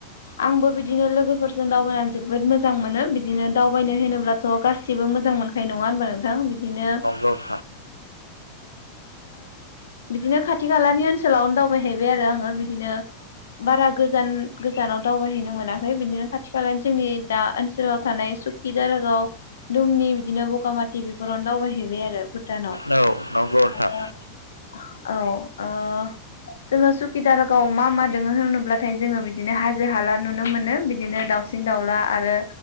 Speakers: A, on the left; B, on the left.
A: आंबो बिदिनो लोगो लोगोफोरजों दावबायनानै जोबोद मोजां मोनो बिदिनो दावबायनो होनोब्लाथ' गासिबो मोजां मोनखायो नङा होनबानो थां बिदिनो
B: हागोन
A: बिदिनो खाथि खालानि सोलाव दावबायहैबाय आरो आङो बि नो बारा गोजान गोजानाव दावबायहैनो मोनाखै बिदिनो खाथि खाला जोंनि दा ओनसोलाव थानाय सुक्खि दारगाव दुमनि बिदिनो बगामाथि बेफोरावनो दावबायहैबाय आरो दानाव
B: ना नोंथाङा
A: आरो औ ओ जोङो सुखिदार गाव मा मा दोङो होनोब्लाथाय जोङो बिदिनो हाजो हाला नुनो मोनो बिदिनो दाउसिन दाउला आरो